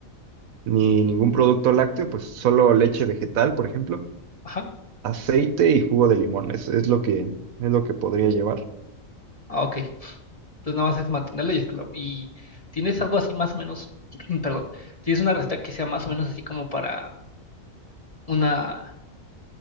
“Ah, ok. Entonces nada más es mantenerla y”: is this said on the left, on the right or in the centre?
Left